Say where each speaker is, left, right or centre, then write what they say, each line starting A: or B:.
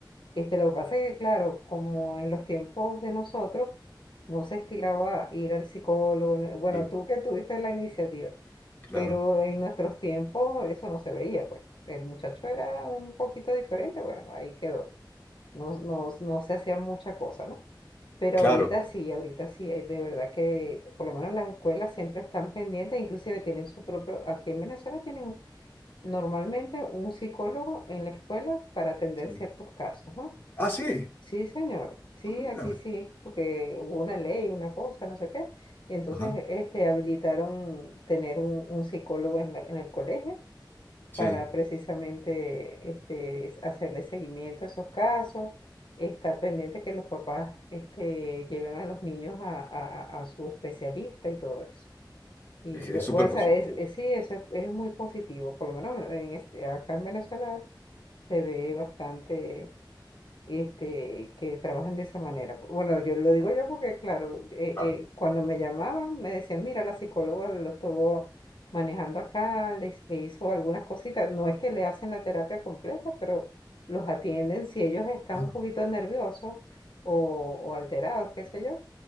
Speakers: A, on the left (about 75°); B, on the left (about 25°).
A: Este, lo que pasa es que, claro, como en los tiempos de nosotros, no se estilaba ir al psicólogo. ni- Bueno,
B: sí,
A: tú que tuviste la iniciativa,
B: claro,
A: pero en nuestros tiempos eso no se veía, pues. El muchacho era un poquito diferente, bueno, ahí quedó. No, no, no se hacía mucha cosa, ¿no? Pero
B: claro.
A: ahorita sí, ahorita sí, eh, de verdad que por lo menos las escuelas siempre están pendientes, inclusive tienen su propio, aquí en Venezuela tienen un- normalmente un psicólogo en la escuela para atender
B: sí.
A: ciertos casos, ¿no?
B: Ah, sí.
A: Sí, señor, sí,
B: Ah, mira.
A: aquí sí, porque hubo una ley, una cosa, no sé qué, y entonces
B: Ajá.
A: este, habilitaron tener un, un psicólogo en la- en el colegio
B: Sí,
A: para precisamente este, es- hacerle seguimiento a esos casos, estar pendiente que los papás este, lleven a los niños a, a- a su especialista y todo eso. Y,
B: es,
A: lo-
B: es súper
A: o
B: positivo.
A: sea, es, es- sí, eso es, es muy positivo, por lo menos en este, acá en Venezuela se ve bastante este, que trabajan de esa manera. Bueno, yo lo digo yo porque, claro, eh,
B: Claro,
A: eh, cuando me llamaban me decían, mira, la psicóloga lo estuvo manejando acá, le, le hizo algunas cositas. No es que le hacen la terapia completa, pero los atienden si ellos están
B: claro,
A: un poquito nerviosos o, o alterados, qué sé yo.